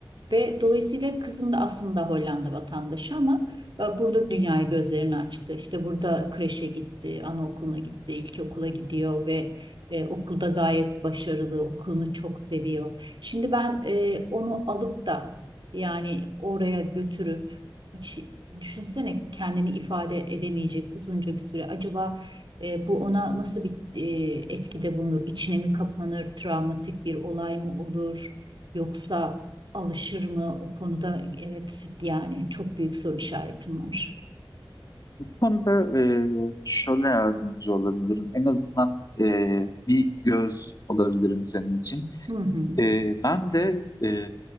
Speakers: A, on the right; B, on the left.
A: Ve dolayısıyla kızım da aslında Hollanda vatandaşı ama e, burada dünyaya gözlerini açtı. İşte burada kreşe gitti, anaokuluna gitti, ilkokula gidiyor ve e, okulda gayet başarılı, okulunu çok seviyor. Şimdi ben e, onu alıp da yani oraya götürüp hiç düşünsene kendini ifade edemeyecek uzunca bir süre. Acaba e, bu ona nasıl bir e, etkide bulunur? İçine mi kapanır? Travmatik bir olay mı olur? Yoksa alışır mı o konuda? Evet yani çok büyük soru işaretim var.
B: konuda e, şöyle yardımcı olabilirim. En azından e, bir göz olabilirim senin için.
A: Hı hı.
B: E, ben de e,